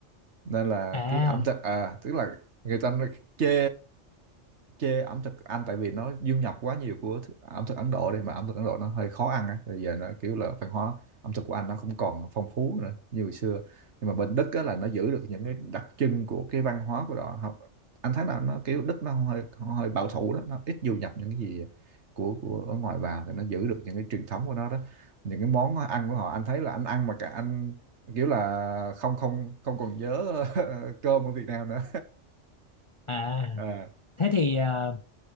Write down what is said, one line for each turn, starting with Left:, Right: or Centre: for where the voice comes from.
Right: nên là
Left: à
Right: cái ẩm thực à, tức là người ta nó chê chê ẩm thực Anh tại vì nó du nhập quá nhiều của thức- ẩm thực Ấn Độ đây mà ẩm thực Ấn Độ nó hơi khó ăn á bây giờ nó kiểu là văn hóa ẩm thực của Anh nó không còn phong phú nữa như hồi xưa nhưng mà bên Đức á, là nó giữ được những cái đặc trưng của cái văn hóa của họ Họ- anh thấy là nó kiểu Đức nó hơi hơi bảo thủ đó nó ít du nhập những cái gì của của ở ngoài vào thì nó giữ được những cái truyền thống của nó đó những cái món ăn của họ anh thấy là anh ăn mà cả anh kiểu là không không không còn nhớ <laughs> cơm ở Việt Nam nữa
Left: à
Right: <laughs>
Left: thế thì ờ,